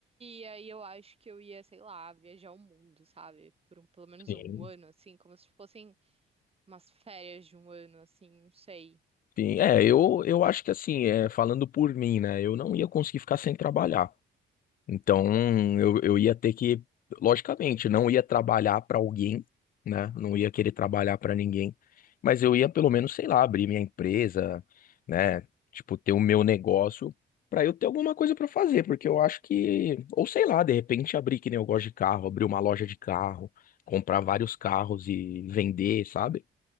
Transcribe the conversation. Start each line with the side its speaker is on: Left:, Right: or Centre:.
Right: E aí eu acho que eu ia, sei lá, viajar o mundo, sabe? Por um- pelo menos
Left: sim,
Right: um ano, assim, como se fossem umas férias de um ano, assim, não sei.
Left: sim. É, eu, eu acho que assim, é, falando por mim, né? Eu não ia conseguir ficar sem trabalhar. Então, eu, eu ia ter que, logicamente, não ia trabalhar para alguém, né? Não ia querer trabalhar para ninguém, mas eu ia pelo menos, sei lá, abrir minha empresa, né? Tipo, ter o meu negócio para eu ter alguma coisa para fazer, porque eu acho que, ou sei lá, de repente abrir que nem eu gosto de carro, abrir uma loja de carro, comprar vários carros e vender, sabe?